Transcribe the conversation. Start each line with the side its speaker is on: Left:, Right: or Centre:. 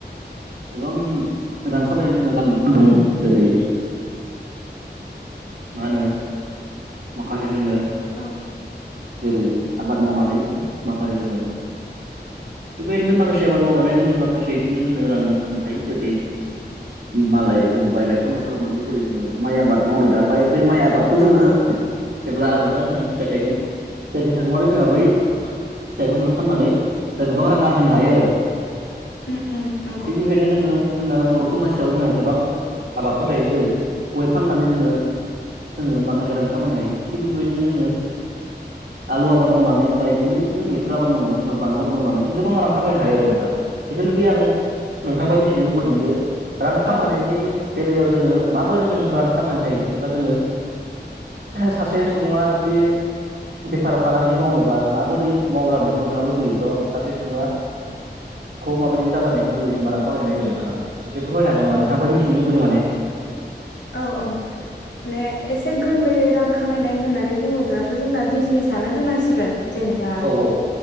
Right: गोबां जों रांखाबायनाय जोंहा लामाफोर दङ जेरै मा होनो माखासे जोङो
Left: औ
Right: जेरै आबाद मावनानै माखासे जोङो बेबायदिनो माखासे आबाद मावनानै जोङो माखासे बिदिनो जोङो रां सुंनो हायो जेरै मालाय जोङो बायलाय फानलाय खालामनानै जेरै जोङो माइ आबाद मावनो दा बे माइ आबादखौ जोङो जेब्ला आबादा जोंहा फिथाइ थायगोन फिथाइ थायबाथाय जोंहा बै फिथाइखौ जोङो फाननानै द गोबां रां आरजिनो हायो आरो
Left: उम उम नंगौ
Right: थिग बेबादिनो जोङो जोंहा बर' समाज हिसाबै जोंहा गोबां आबादफोर थायो जेरै गय फाननानै जोङो जोङो माखासे रां खामायनो हायो थिग बेफोरबायदिनो जोङो आलु आबाद मावनानै बाय बिदिनो जों बेसर आबाद मावनानै जबा बानलु आबाद मावनानै जों गोबां रां खामायनो हायो नोंथां ज जितुनोखि आं नोंथांनिफ्राय मिथिनो लुबैदों दि रां खामायनायनि
Left: औ
Right: बेलायाव जोङो माबोरै जों रां खामायनो हायो एबा जोङो सासे सुबुङा जुदि बेफार फालांगि मावनोबा माबोरै मावजानायखौ नोंथाङा लुबैयोब' सासे सुबुङा खौ माबायदि जाजानायनायखौ लुबैयो जेनेबा खामायनायनि आयदायाव नोंथाङा एसे फोरमायनो हागोन
Left: औ
Right: होनामा नोंथांफ्राय मिथिनो लुगैदों माने
Left: औ औ माने एसे गोरलैयै रां खामायनाय होननानै बुङोब्लाथ' जोंना बिजनेसानो होननांसिगोन जेनेबा
Right: औ औ